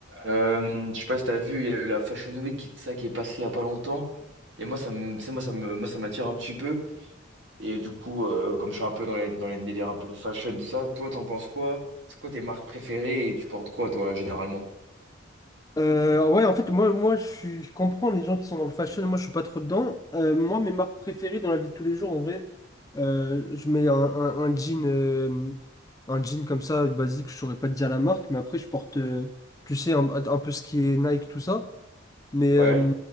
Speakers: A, on the right (about 60°); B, on the left (about 15°).
A: Euh, je sais pas si t'as vu, il y a eu la Fashion Week qui, ça, qui est passée il y a pas longtemps. Et moi, ça me, tu sais, moi, ça me, moi, ça m'attire un petit peu. Et du coup, euh, comme je suis un peu dans les, dans les délires un peu fashion, tout ça, toi, t'en penses quoi? C'est quoi tes marques préférées et tu portes quoi, toi, généralement?
B: Euh, ouais, en fait, moi, moi je suis- je comprends les gens qui sont dans le fashion, moi je suis pas trop dedans. Euh, moi, mes marques préférées dans la vie de tous les jours, en vrai, euh, je mets un, un- un jean, euh, un jean comme ça, basique, je saurais pas te dire la marque, mais après je porte, euh, tu sais, un, un peu ce qui est Nike, tout ça. Mais euh,
A: Ouais.